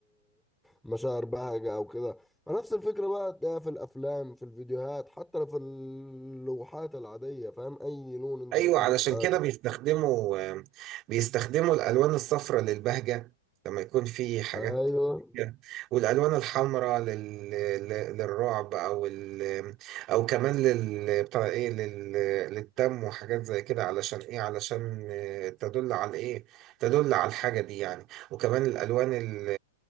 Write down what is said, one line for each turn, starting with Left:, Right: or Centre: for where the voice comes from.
Centre: مشاعر بهجة أو كده نفس الفكرة بقى تلاقيها في الأفلام في الفيديوهات حتى لو في اللوحات العادية فاهم أي لون أنت
Right: ايوه
Centre: بتشوفه
Right: علشان
Centre: في حياتك
Right: كده بيستخدموا آم، بيستخدموا الالوان الصفراء للبهجه لما يكون في حاجات
Centre: أيوه
Right: Yeah. والالوان الحمراء لل... لل- للرعب او ال... او كمان لل بتاع ايه لل... للدم وحاجات زي كده علشان ايه علشان آه، تدل على ايه تدل على الحاجه دي يعني وكمان الالوان ال...